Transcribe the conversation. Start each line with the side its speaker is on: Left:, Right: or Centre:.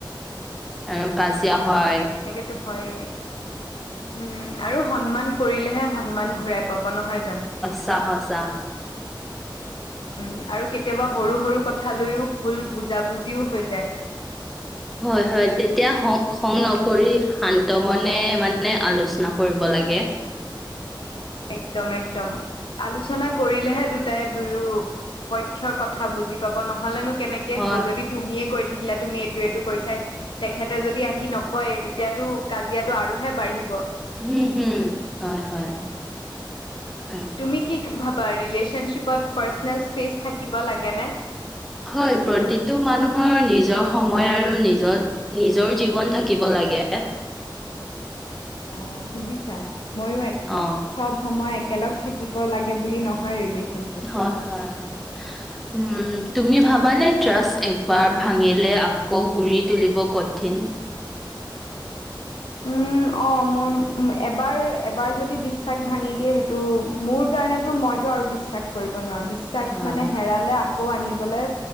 Centre: আৰু কাজিয়া হয়।
Left: সেইটো হয়ে উম আৰু সন্মান কৰিলেহে সন্মান ঘূৰাই পাব নহয় জানো
Centre: সঁচা সঁচা
Left: উম আৰু কেতিয়াবা সৰু সৰু কথা লৈও ভুল বুজা বুজিও হৈ যায়।
Centre: হয় হয় তেতিয়া সং খং নকৰি শান্ত মনে মানে আলোচনা কৰিব লাগে
Left: একদম একদম আলোচনা কৰিলেহে দুটাই দুয়ো পক্ষৰ কথা বুজি পাব নহলেনো কেনেকে
Centre: হয়,
Left: হ'ব যদি তুমিয়ে কৈ থাকিলা তুমি এইটো এইটো কৰিছাই তেখেতে যদি আহি নকয় তেতিয়াতো কাজিয়াটো আৰুহে বাঢ়িব
Centre: উম হম হয় হয় হয়।
Left: তুমি কি ভাবা ৰিলেশ্যনশ্বিপত পাৰ্চনেল স্পেচ থাকিব লাগেনে
Centre: হয় প্ৰতিটো মানুহৰ নিজৰ সময় আৰু নিজৰ নিজৰ জীৱন থাকিব লাগে
Left: অ বুজিছা মইয়ো একমত
Centre: অ
Left: চব সময় একেলগ থাকিব লাগে বুলি নহয় ৰিলেশ্যনশ্বিপ
Centre: হয় হয় হয় হয় উম তুমি ভাবানে ট্ৰাষ্ট একবাৰ ভাঙিলে আকৌ ঘুৰি তুলিব কঠিন
Left: উ অ মোৰ এবাৰ এবাৰ যদি বিশ্বাস ভাঙি দিয়ে সেইটো মোৰ কাৰণেতো মই আৰু বিশ্বাস কৰিব নোৱাৰো বিশ্বাস
Centre: হয়
Left: মানে
Centre: হয়।
Left: হেৰালে আগ আকৌ আনিবলৈ